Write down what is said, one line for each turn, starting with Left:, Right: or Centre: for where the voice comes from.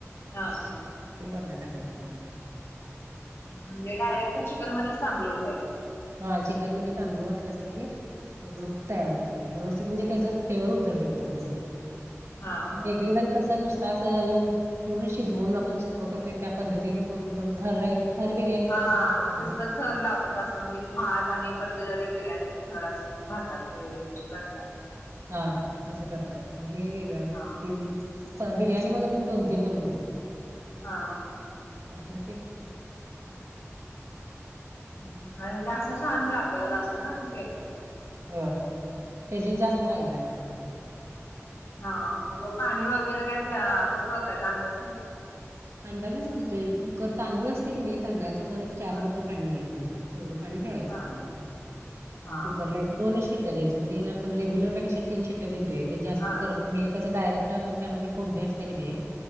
Left: हा.
Right: ते वरन टाकायच त्यामध्ये.
Left: म्हणजे, डायरेक्ट चिकन मध्येच तांदूळ ओतायच?
Right: हा, चिकन मध्ये तांदूळ ओतलासा की पूर्ण तयार होतय ते, व्यवस्थित म्हणजे त्याचाच फ्लेवर उतरतय त्यामध्ये.
Left: हा हा
Right: एक, एक जण कस नुसत अस, पूर्ण शिजवून आपण सुक क्ख करतोय त्या पद्धतीनं करून पण, थर राई थर बिर्याणीला
Left: हा
Right: कसं करत्यात की
Left: नुसतं
Right: नाही
Left: थर लावतात असं म्हणजे भात आणि परत त्याच्यावर एक बिर्याणीच थर अस भातात चिकनचा.
Right: हा तसं करतात हे वेगळं आहे
Left: हा
Right: ते पण बिर्याणी मध्ये पण दोन, तीन नमुने
Left: हा हा.
Right: त्यातलं ते
Left: हम्म, नाही म्हणजे असं छान लागल असेल ना तू केल तुझ?
Right: हो त्याचीच जास्त मागणी असते आम्हाला.
Left: हा मग पाणी वगैरे काय त्या कसं ओतायच अंदाजपंचे?
Right: अंदाजेच घालतोय कुकर तांदूळ असते की नाही तांदळाच्या वर एक चार
Left: हा
Right: बोटं पाणी यायला पाहिजे. तेवढं पाणी ठेवायचं
Left: हा
Right: त्यामध्ये
Left: हा
Right: आणि कुकरला दोनच शिट्ट्या घ्यायच तीन आप रेग्युलरला कश तीन शिट्ट्या देतोय ते जास्त
Left: हा हा
Right: कर हे कस डायरेक्ट आपण त्यामध्ये फोडणे असतय की नाही